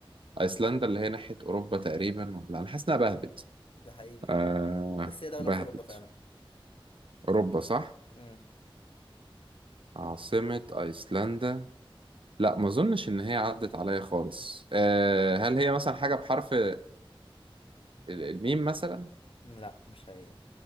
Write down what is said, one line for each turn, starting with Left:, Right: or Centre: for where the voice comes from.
Right: ايسلندا اللي هي ناحية اوروبا تقريبا ولا انا حاسس انها بهبت
Left: ده حقيقي
Right: آه
Left: بس هي دولة
Right: بهبت
Left: في اوروبا فعلا
Right: اوروبا صح
Left: مم.
Right: عاصمة ايسلندا لا ما اظنش ان هي عدت عليا خالص أه هل هي مثلا حاجه بحرف آه، الميم مثلا
Left: لا مش هي